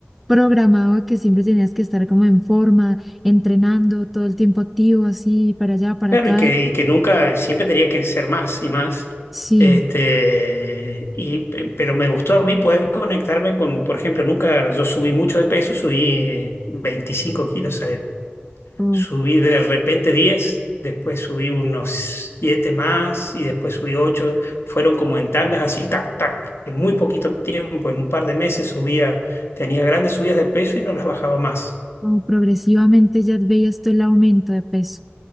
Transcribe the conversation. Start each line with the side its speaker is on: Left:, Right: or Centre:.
Centre: programado a que siempre tenías que estar como en forma, entrenando todo el tiempo activo, así para allá, para
Left: claro,
Centre: acá.
Left: y que, y que nunca, siempre tenía que ser más y más.
Centre: Sí,
Left: Este, y, pe- pero me gustó a mí poder conectarme con, por ejemplo, nunca yo subí mucho de peso, subí eh, 25 kilos,
Centre: o
Left: Subí de repente 10, después subí unos 7 más y después subí ocho, Fueron como en tandas así, tac, tac. En muy poquito tiempo, en un par de meses, subía, tenía grandes subidas de peso y no las bajaba más.
Centre: como progresivamente ya veías tú el aumento de peso.